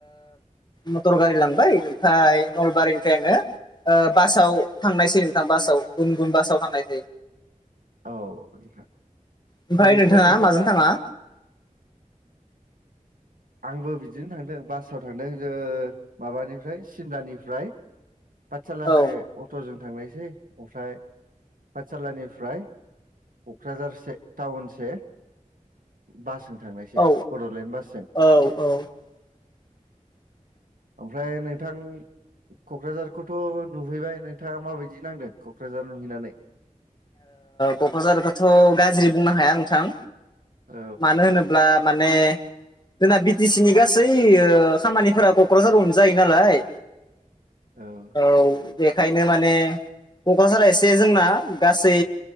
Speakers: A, on the left; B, on the right.
A: मटर गारि लांबाय ओमफ्राय नलबारिनिफ्राय आङो बासाव थांनायसै नोंथां बासाव गुन गुन बासाव थांनायसै।
B: औ नोंथां
A: ओमफ्राय
B: ओरैनोथ' नोंथाङा
A: माजों थाङा
B: आंबो बिदिनो थांदों बासाव थांदों जों माबानिफ्राय सिमलानिफ्राय पाठसालासे
A: औ
B: अट'जों थांनायसै ओमफ्राय पाठसालानिफ्राय क'क्राझारसे टाउनसे बासजों थांनायसै
A: औ
B: बड'लेण्ड बासजों।
A: औ औ <inaudible>
B: ओमफ्राय नोंथां क'क्राझारखौथ' नुहैबाय नोंथाङा माबायदि नांदों क'क्राझार नुहैनानै?
A: क'क्राझारखौथ' गाज्रि बुंनो हाया नोंथां।
B: औ
A: मानो होनोब्ला माने जोंना बि टि सि नि गासै खामानिफोरा क'क्राझारावनो जायो नालाय
B: औ
A: औ बेखायनो माने क'क्राझारा एसे जोंना गासै